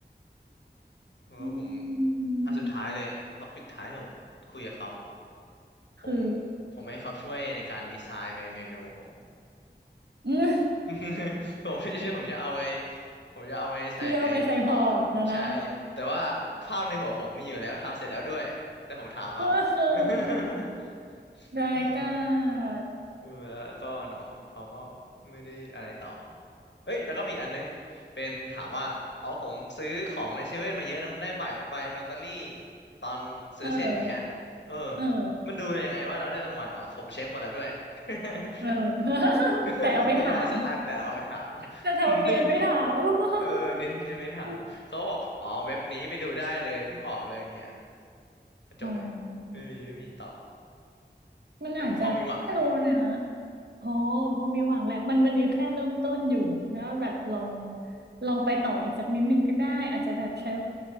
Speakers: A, on the left; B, on the right.
A: เออผม
B: อื
A: อันสุดท้ายเลยท็อปิกท้ายที่ผมคุยกับเขา
B: มคือ
A: ผมผมให้เขาช่วยในการดีไซน์เมนูผม
B: เอืม
A: <laughs> ผมไม่ใช่ผมจะเอาไปผมจะเอาไปใส่ในพอร์ตใช่
B: <laughs> เที่ยวไปใส่พอร์ตนะนะ
A: แต่ว่าภาพในหัวผมมีอยู่แล้วทำเสร็จแล้วด้วยแต่ผมถามเขา
B: <laughs> เออ
A: <laughs>
B: รายกา
A: อืม
B: ร
A: เออแล้วก็เนาะเขาก็ไม่ได้อะไรต่อเอ้ยแล้วก็มีอีกอันนึงเป็นถามว่าอ๋อผมซื้อของในเซเว่นมาเยอะนะมันได้ใบใบลอตเตอรี่ตอนซื้อเสร็จเนี้ยเออ
B: เออ เออ
A: มันดูยังไงว่าเราได้รางวัลเหรอผมเช็คหมดแล้วด้วย
B: เออ
A: <laughs>
B: <laughs>
A: <laughs>
B: แต่เอาไปถาม
A: ไม่ได้สักอันแต่เราเอาไปถาม
B: จะทำเนียนไปถาม
A: <laughs> เออเนียนเนียนไปถามเขาบอกอ๋อเว็บนี้ไปดูได้เลยเพิ่งออกเลยเนี่ย
B: <laughs>
A: จบเลยไม่มีไม่มีต่อ
B: อ๋อ มันอาจจะไม่รู้นะ
A: อันนี้พอมีหวังไหม
B: พอพอมีหวังแหละมันมันยังแค่เริ่มต้นอยู่แล้วแบบลองลองไปต่ออีกสักนิดนึงก็ได้อาจจะแบบใช้